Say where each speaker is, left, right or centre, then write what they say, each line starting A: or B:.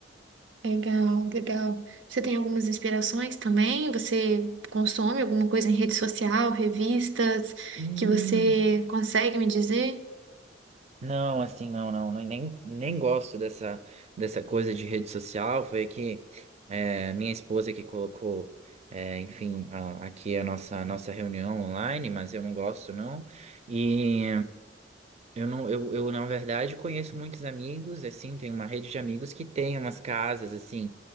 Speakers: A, on the right; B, on the right.
A: Legal, legal. Você tem algumas inspirações também? Você consome alguma coisa em rede social, revistas,
B: Hum.
A: que você consegue me dizer?
B: Não, assim, não, não, nem, nem nem gosto dessa, dessa coisa de rede social. Foi que é, minha esposa que colocou, é, enfim, a- aqui a nossa, nossa reunião online, mas eu não gosto, não. E eu não, eu, eu, na verdade, conheço muitos amigos, assim, tenho uma rede de amigos que tem umas casas, assim,